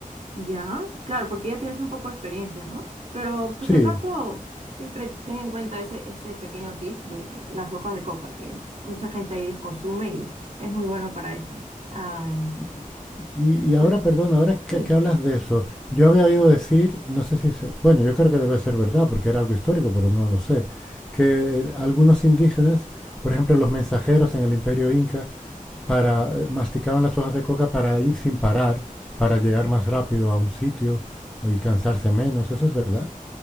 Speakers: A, on the right (about 45°); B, in the centre.
A: Ya, claro, porque ya tienes un poco de experiencia, ¿no? Pero por
B: Sí,
A: si acaso, siempre ten en cuenta ese, ese pequeño tip de las hojas de coca, que mucha gente ahí las consume y es muy bueno para eso. Ah,
B: Y, y- y
A: por-
B: ahora, perdón, ahora que,
A: sí.
B: que hablas de eso, yo había oído decir, no sé si se- bueno, yo creo que debe ser verdad, porque era algo histórico, pero no lo sé, que eh, algunos indígenas, por ejemplo, los mensajeros en el Imperio Inca, para, eh, masticaban las hojas de coca para ir sin parar, para llegar más rápido a un sitio y cansarse menos. ¿Eso es verdad?